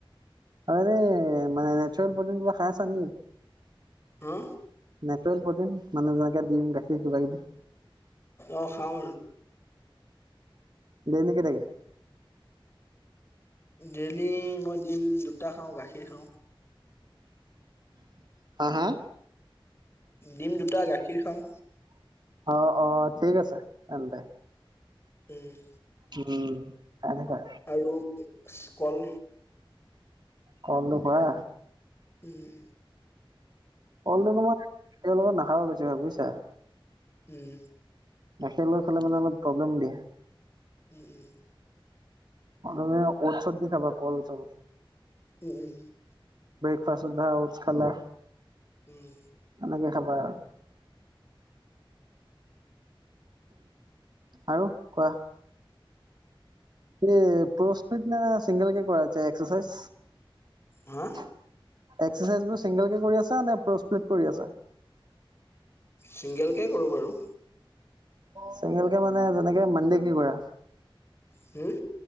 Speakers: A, on the right; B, on the left.
A: আৰে মানে নেচৰেল প্ৰটিন কিবা খাই আছা নেকি
B: হা
A: নেচেৰেল প্ৰটিন মানে যেনেকে দিম গাখীৰ কিবা কিবি
B: অ খাও
A: দেইলিকে থাকে
B: ডেইলি মই দিম দুটা খাওঁ গাখীৰ খাওঁ
A: <unintelligible> হা হা
B: ডিম দুটা গাখীৰ খাওঁ
A: অ অ ঠিক আছে তেন্তে
B: উম
A: উম তনেকে
B: আৰু কল
A: কললো খোৱা
B: উম
A: কলটো তোমাৰ একেলগে নাখাবা বেছিভাগ বুজিছা
B: উম
A: গাখীৰ লৈ খালে মানে অলপ প্ৰব্লেম দিয়ে
B: উম উম
A: তুমি ঔষধ দি খাবা কল চল
B: উম উম
A: <unintelligible> আধা উচ খালা
B: উম
A: সেনেকে খাবা আৰু কোৱা এই পৰসপেত নে চিংগল কে কৰা দে এক্সাইজ
B: হা
A: এক্সাৰচাইজ বোৰ চিংগল কে কৰি আছা নে প্ৰ'স্প্লেট কৰি আছা
B: ছিংগেলকে কৰোঁ বাৰু
A: চেঙেলকে মানে যেনেকে মানডে কি কৰা
B: হম